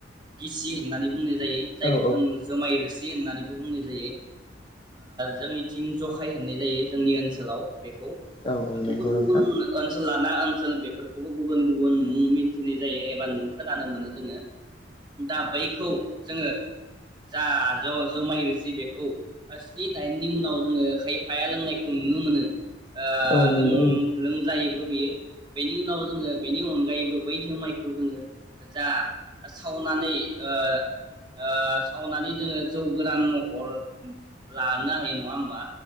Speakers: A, on the right; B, on the left.
A: गिसि होननानै बुंनो। जायो
B: औ
A: जायखौ
B: औ
A: जों जुमाय जि होननानैबो बुंनाय जायो जोंनिथिं जखाय होननाय जायो जोंनि ओनसोलाव बेखौ
B: औ औ
A: गुबुन
B: नंगौ नोंथां
A: गुबुन ओन ओनसोल लाना ओनसोल बेफोरखौबो गुबुन गुबुन मुं मिथिनाय जायो एबा नु खोनानो मोनो जोङो दा बैखौ जोङो जा ज' जमाय रोसि बेखौ ओ स्नि दाइननि उनाव जोङो खायफाया लोंनायखौ नुनो मोनो। ओ
B: औ
A: लों-लोंजायो।
B: नंगौ
A: बेयो बेनि उनाव जोङो बेनि अनगायैबो बै जोमायखौ जोङो जा सावनानै ओ ओ सावनानै जोङो जौ गोरान महर लानो हायो नङा होमबा?